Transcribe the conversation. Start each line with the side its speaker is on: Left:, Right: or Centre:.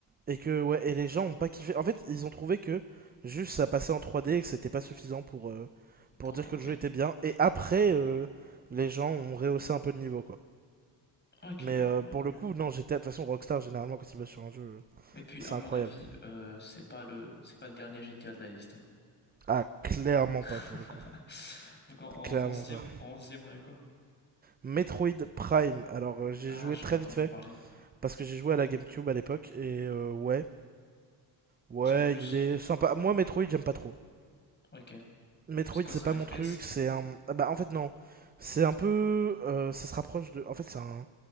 Right: Et que, ouais, et les gens ont pas kiffé. En fait, ils ont trouvé que juste ça passait en 3D et que c'était pas suffisant pour, euh, pour
Left: pour.
Right: dire
Left: Ok,
Right: que le jeu était bien. Et après, euh, les gens ont rehaussé un peu le niveau, quoi.
Left: ok,
Right: Mais
Left: d'accord,
Right: euh, pour
Left: ok.
Right: le coup, non, GTA, de toute façon, Rockstar, généralement, quand ils bossent sur un jeu,
Left: Et puis
Right: C'est
Left: à mon
Right: incroyable.
Left: avis, euh, c'est pas le, c'est pas le dernier GTA de la liste. hein.
Right: Ah, clairement
Left: <laughs>
Right: pas pour le coup.
Left: Donc en, en
Right: Clairement
Left: onzième
Right: pas.
Left: en 11 on a quoi?
Right: Metroid Prime. Alors, euh, j'ai
Left: Ah
Right: joué
Left: j'en
Right: très
Left: ai entendu
Right: vite fait
Left: parler.
Right: parce que j'ai joué à la GameCube à l'époque et euh, ouais, ouais,
Left: Sans plus.
Right: il est sympa. Moi, Metroid, j'aime pas trop.
Left: Ok.
Right: Metroid,
Left: C'est quoi,
Right: c'est
Left: c'est
Right: pas
Left: un
Right: mon
Left: FPS?
Right: truc. C'est un, ah bah en fait non, c'est un peu, euh, ça se rapproche de. En fait, c'est un,